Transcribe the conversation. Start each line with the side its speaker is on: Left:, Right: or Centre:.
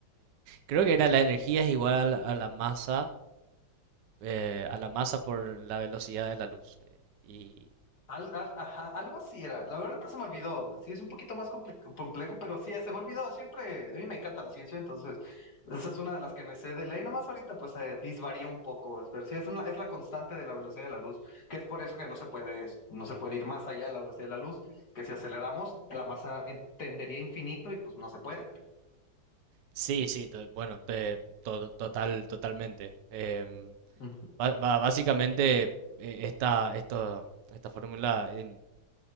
Right: creo que era la energía es igual a la, a la masa, eh, a la masa por la velocidad de la luz. eh, Y,
Left: Al- al- ajá, algo así era. La verdad no se me olvidó. Sí, es un poquito más compli- complejo, pero sí, se me olvidó. Siempre, a mí me encanta la ciencia, entonces esa es una de las que me sé de ley. Nomás ahorita pues eh, disvaría un poco, pero sí, es, una- es la constante de la velocidad de la luz, que es por eso que no se puede, no se puede ir más allá de la velocidad de la luz, que si aceleramos, la masa entendería infinito y pues no se puede.
Right: Sí, sí, to- bueno, te- to- total, totalmente. Em,
Left: Ujú.
Right: ba- ba- básicamente, eh, esta, esto- esta fórmula, en